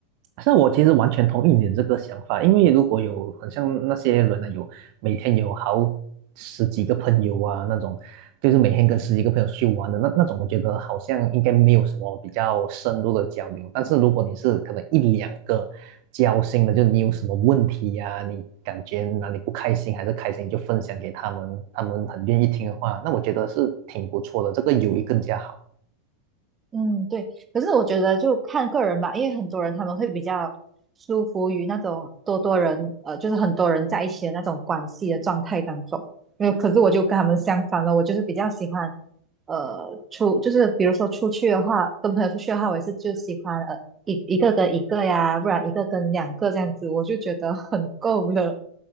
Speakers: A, on the right (about 50°); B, on the right (about 20°).
A: 那我其实完全同意你的这个想法，因为如果有很像那些人呢，有每天有好十几个朋友啊，那种就是每天跟十几个朋友出去玩的那那种，我觉得好像应该没有什么比较深入的交流。但是如果你是可能一两个交心的，就你有什么问题呀、你感觉哪里不开心还是开心，你就分享给他们，他们很愿意听的话，那我觉得是挺不错的，这个友谊更加好。
B: 嗯，对。可是我觉得就看个人吧，因为很多人他们会比较舒服于那种多多人，呃，就是很多人在一起的那种关系的状态当中。因为可是我就跟他们相反了，我就是比较喜欢，呃，出就是比如说出去的话，跟朋友出去的话，我也是就喜欢呃一一个跟一个呀，不然一个跟两个这样子，我就觉得很够了。